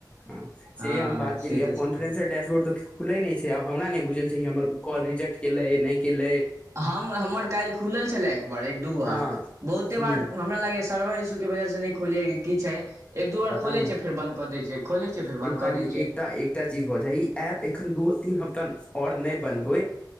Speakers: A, on the left (about 15°); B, on the right (about 45°).
A: ह
B: हँ
A: से हम बात
B: से
A: केलियै
B: तऽ
A: अब कॉन्फरेंस
B: छै
A: सर डैशबोर्ड तऽ खुलै नय छै आब हमरा नय बुझल छै कि हमर कॉल रिजेक्ट केलै नय केलै
B: हम हमर काल्हि खुलल छलए एक बार एक दू बार
A: हँ
B: बहुते
A: ह
B: बार हमरा लागैया सर्वर इसू के वजह से नय खुलैया की छै एक दू बार
A: पता
B: खोलै
A: नहि
B: छै फेर बंद कऽ दै छै खोलै छै फेर बन्द
A: यौ खाली
B: कऽ दै छै
A: एकटा एकटा चीज भऽ जाय ई एप एखन दू तीन हफ्ता आओर नय बन्द होइ